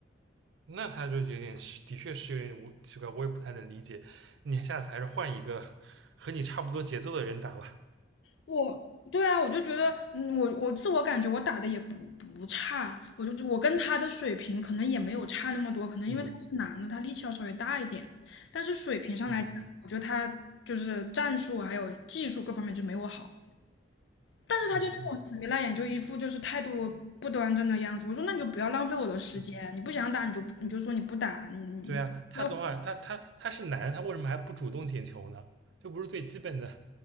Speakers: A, on the right; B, on the left.
A: 嗯，那他就有点是，的确是有点无奇怪，我也不太能理解。你下次还是换一个和你差不多节奏的人打吧。
B: 我对啊，我就觉得，嗯，我我自我感觉我打的也不不差，我就我跟他的水平可能也没有差那么多，可能因为他是男的，
A: 嗯
B: 他力气要稍微大一点，但是水平上来讲，
A: 嗯嗯
B: 我觉得他就是战术还有技术各方面就没我好，但是他就那种死皮赖脸，
A: 嗯
B: 就一副就是态度不端正的样子。我说那你就不要浪费我的时间，
A: 嗯，
B: 你不想打你就你就说你不打，你你你不要
A: 对啊，他的话，他他他是男的，他为什么还不主动捡球呢？这不是最基本的，